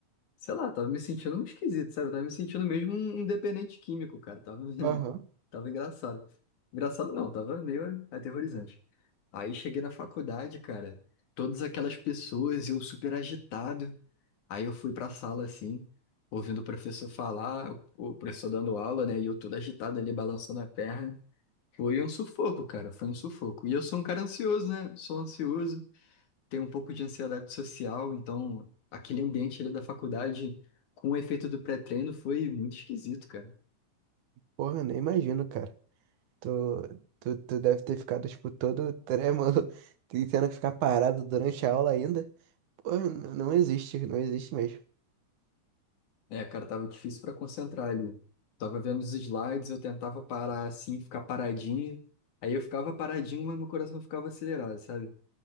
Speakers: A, on the left; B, on the right.
A: sei lá, tava me sentindo um esquisito, sabe? Eu Tava me sentindo mesmo um um dependente químico, cara. Tava, <laughs>
B: Aham,
A: tava engraçado. Engraçado não, tava meio aterrorizante. Aí cheguei na faculdade, cara, todas aquelas pessoas, eu super agitado. Aí eu fui pra sala, assim, ouvindo o professor falar, o o professor dando aula, né? E eu todo agitado ali, balançando a perna. Foi um sufoco, cara, foi um sufoco. E eu sou um cara ansioso, né? Sou ansioso, tenho um pouco de ansiedade social, então aquele ambiente ali da faculdade com o efeito do pré-treino foi muito esquisito, cara.
B: Porra, nem imagino, cara. Tu, tu, tu deve ter ficado, tipo, todo trêmulo, <laughs> e tendo que ficar parado durante a aula ainda. Porra, n- não existe, não existe mesmo.
A: É, cara, tava difícil pra concentrar ali. Tava vendo os slides, eu tentava parar assim, ficar paradinho. Aí eu ficava paradinho, mas meu coração ficava acelerado, sabe?